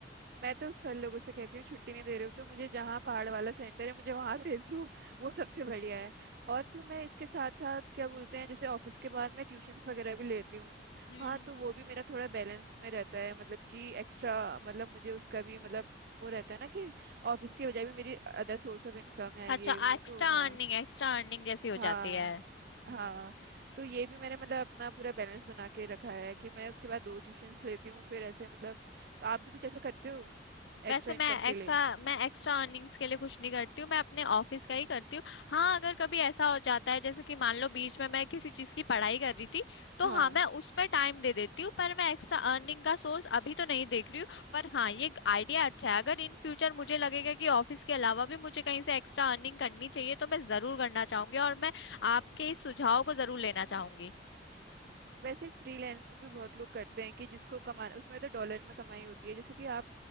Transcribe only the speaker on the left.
हम्म
अच्छा
एक्स्ट्रा
अर्निंग एक्स्ट्रा अर्निंग जैसी हो
जाती है हम्म
वैसे मैं
एक्सा
मैं एक्स्ट्रा अर्निंग्स के लिए कुछ नहीं करती हूँ मैं अपने ऑफिस का ही करती हूँ हाँ अगर कभी ऐसा हो जाता है जैसे कि मान लो बीच में मैं किसी चीज की पढ़ाई कर रही थी तो
हाँ मैं उसमें टाइम दे देती हूँ पर मैं एक्स्ट्रा अर्निंग का सोर्स अभी तो नहीं देख रही हूँ पर हाँ ये आइडिया अच्छा है अगर इन फ्यूचर मुझे लगेगा कि ऑफिस के अलावा भी मुझे कहीं से एक्स्ट्रा अर्निंग करनी चाहिए तो मैं जरूर करना चाहूंगी और मैं आपके इस सुझाव को जरूर लेना चाहूंगी